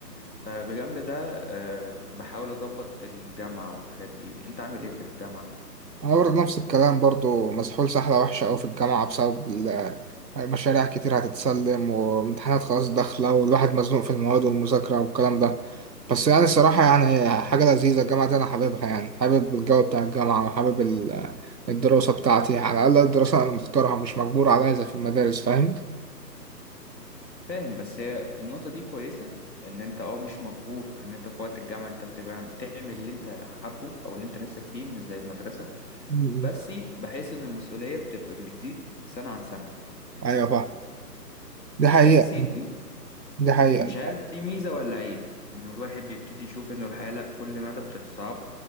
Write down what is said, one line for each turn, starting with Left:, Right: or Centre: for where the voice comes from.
Left: فبجنب ده آه، بحاول اظبط الجامعة والحاجات دي انت عامل ايه في الجامعة
Right: أنا برضه نفس الكلام برضه مسحول سحلة وحشة أوي في الجامعة بسبب ال- مشاريع كتير هتتسلم وامتحانات خلاص داخلة والواحد مزنوق في المواد والمذاكرة والكلام ده بس يعني الصراحة يعني حاجة لذيذة الجامعة دي أنا حاببها يعني حابب الجو بتاع الجامعة وحابب ال- الدراسة بتاعتي على الأقل الدراسة أنا مختارها مش مجبور عليها زي في المدارس فاهم؟
Left: فاهم بس هي النقطة دي كويسة ان انت اه مش مجبور ان انت في وقت الجامعة انت بتبقى بتعمل اللي انت حابه او اللي انت نفسك فيه مش زي المدرسة
Right: مم.
Left: بس بحس ان المسؤولية بتبقى بتزيد سنة عن سنة
Right: أيوة فاهم دي حقيقة
Left: بس م-
Right: دي حقيقة
Left: مش عارف دي ميزة ولا عيب انه الواحد بيبتدي يشوف انه الحياة لا كل مدى بتتصعب